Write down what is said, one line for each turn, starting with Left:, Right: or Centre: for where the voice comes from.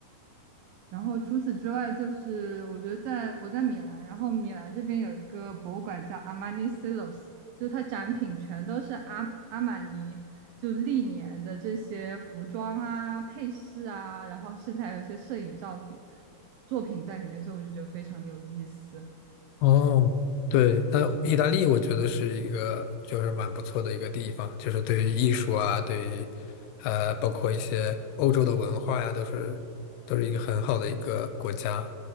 Right: 然后除此之外，就是我觉得在我在米兰，然后米兰这边有一个博物馆叫 Armani Silos，就是它展品全都是阿阿玛尼就历年的这些服装啊、配饰啊，然后甚至还有一些摄影照片作品在里面，所以我就觉得非常有意思。
Left: 哦，对，那意大利我觉得是一个就是蛮不错的一个地方，就是对于艺术啊，对于呃，包括一些欧洲的文化呀，都是都是一个很好的一个国家。